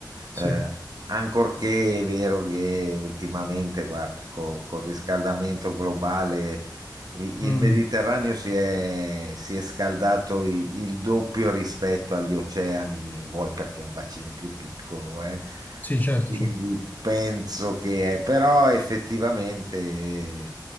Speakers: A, on the right (about 60°); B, on the left (about 25°).
A: Eh,
B: sì,
A: ancorché è vero che ultimamente, guarda, co- col riscaldamento globale i-
B: Mm,
A: Il Mediterraneo si è, si è scaldato i- il doppio rispetto agli oceani, vuoi perché è un bacino più piccolo, eh.
B: sì, certo,
A: Quindi
B: certo.
A: penso che è, però effettivamente eh,